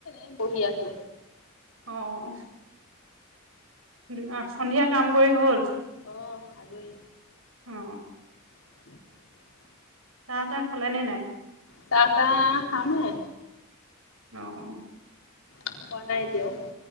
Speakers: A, on the left; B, on the right.
A: এ বহি আছো।
B: অ', দু-সন্ধিয়া কাম কৰি হ'ল?
A: অ আজৰি
B: অ'।
A: <inaudible>
B: চাহ-তাহ খালেনে নাই?
A: চাহ-তাহ খামহে।
B: অ'।
A: খোৱা নাই এতিয়াও।